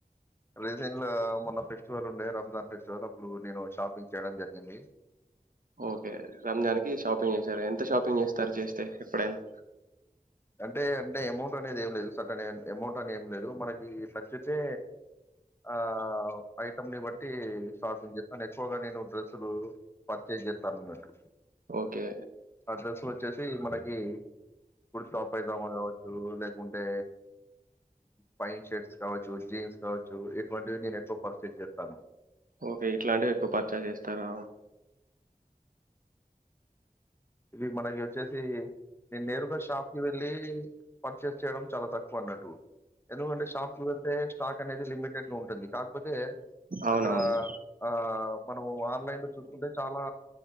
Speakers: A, on the left; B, on the right.
A: రీసెంట్లో మొన్న ఫెస్టివల్ ఉండే రంజాన్ ఫెస్టివల్ అప్పుడు నేను షాపింగ్ చేయడం జరిగింది.
B: ఓకే రంజాన్నికి షాపింగ్ చేశారు ఎంత షాపింగ్ చేస్తారు చేస్తే ఎప్పుడైనా
A: అంటే అంటే అమౌంట్ అనేది ఏం లేదు సటన్ అమౌంట్ అని ఏం లేదు మనకి నచ్చితే ఆ ఐటం ని బ ట్టి షాపింగ్ చేస్తాను ఎక్కువగా నేను డ్రెస్సులు పర్చేజ్ చేస్తా అన్నట్టు
B: ఓకే
A: ఆ డ్రెస్సులు వచ్చేసి మనకి ఇప్పుడు టాప్ అయితామో కావచ్చు లేకుంటే పైన్ షర్ట్స్ కావచ్చు జీన్స్ కావచ్చు ఇటువంటివి నేను ఎక్కువ పర్చేస్ చేస్తాను
B: ఓకే ఇట్లాంటివి ఎక్కువ పర్చేస్ చేస్తరా
A: ఇవి మనకి వచ్చేసి నేను నేరుగా షాప్ కి వెళ్ళి పర్చేస్ చేయడం చాలా తక్కువ అన్నట్టు ఎందుకంటే షాప్ కి వెళ్తే స్టాక్ అనేది లిమిటెడ్ గా ఉంటుంది కా కాకపోతే
B: అవునవును
A: అక్కడ ఆ మనం ఆన్లైన్ లో చూసుకుంటే చాలా